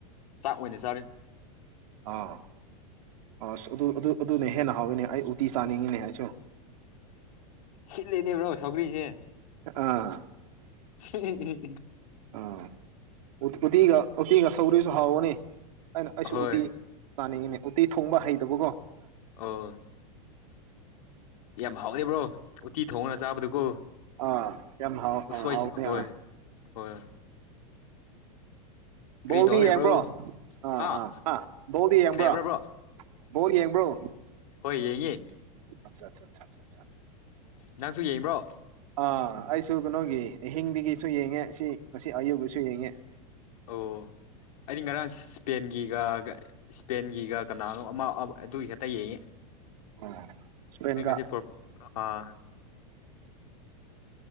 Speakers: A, on the left; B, on the right.
A: ꯆꯥꯛ ꯑꯣꯏꯅ ꯆꯥꯔ
B: ꯑꯥ ꯑꯁ ꯑꯗꯨ ꯑꯗꯨ ꯑꯗꯨꯅꯦ ꯍꯦꯟꯅ ꯍꯥꯎꯋꯤꯅꯦ ꯑꯩ ꯎꯇꯤ ꯆꯥꯅꯤꯡꯉꯤꯅꯦ ꯑꯩꯁꯨ
A: ꯁꯤꯠꯂꯦꯅꯦꯕ꯭ꯔꯣ ꯁꯧꯒ꯭ꯔꯤꯁꯦ
B: ꯑꯥ
A: <unintelligible>
B: ꯑ ꯎꯇꯤꯒ ꯎꯇꯤꯒ ꯁꯧꯔꯤꯁꯨ ꯍꯥꯎꯋꯅꯤ ꯑꯩꯅ ꯑꯩꯁꯨ
A: ꯑꯍꯣꯏ
B: ꯎꯇꯤ ꯄꯥꯅꯤꯡꯉꯤꯅꯦ ꯎꯇꯤ ꯊꯣꯡꯕ ꯍꯩꯇꯕꯀꯣ
A: ꯑꯣ ꯌꯥꯝ ꯍꯥꯎꯋꯦ ꯕ꯭ꯔꯣ ꯎꯇꯤ ꯊꯣꯡꯉꯅ ꯆꯥꯕꯗꯨꯀꯣ
B: ꯑ ꯌꯥꯝ ꯍꯥꯎ
A: ꯎꯁꯣꯏꯁꯨ
B: ꯑꯥ ꯍꯥꯎꯕꯅꯦ
A: ꯍꯣꯏ
B: ꯑꯥ
A: ꯍꯣꯏ ꯀꯔꯤ
B: ꯕꯣꯜꯗꯤ
A: ꯇꯧ ꯂꯩꯕ꯭ꯔꯣ
B: ꯌꯦꯡꯕ꯭ꯔꯣ ꯑꯥ
A: ꯍꯥ
B: ꯑꯥ ꯑꯥ ꯕꯣꯜꯗꯤ ꯌꯦꯡꯕ꯭ꯔꯣ
A: ꯀꯔꯤ ꯍꯥꯏꯕ꯭ꯔꯥ ꯕ꯭ꯔꯣ
B: ꯕꯣꯜ ꯌꯦꯡꯕ꯭ꯔꯣ
A: ꯍꯣꯏ ꯌꯦꯡꯉꯦ
B: ꯑꯠꯁꯥ ꯁꯥ ꯁꯥ <unintelligible>
A: ꯅꯪꯁꯨ ꯌꯦꯡꯕꯔꯣ
B: ꯑꯥ ꯑꯩꯁꯨ ꯀꯩꯅꯣꯒꯤ ꯑꯍꯤꯡꯗꯒꯤꯁꯨ ꯌꯦꯡꯉꯦ ꯁꯤ ꯉꯁꯤ ꯑꯌꯨꯀꯤꯁꯨ ꯌꯦꯡꯉꯦ
A: ꯑꯣ ꯑꯩꯩꯗꯤ ꯉꯔꯥꯡ ꯏꯁꯄꯦꯟꯒꯤꯒꯥ ꯒꯥ ꯏꯁꯄꯦꯟꯒꯤꯒ ꯀꯅꯥꯅꯣ ꯑꯃ <unintelligible> ꯑꯗꯨꯒꯤ ꯈꯛꯇ ꯌꯦꯡꯉꯤ
B: ꯑꯣ ꯏꯁꯄꯦꯟꯒ
A: ꯑꯩ ꯉꯁꯤ ꯄꯣꯔꯛ ꯑꯥ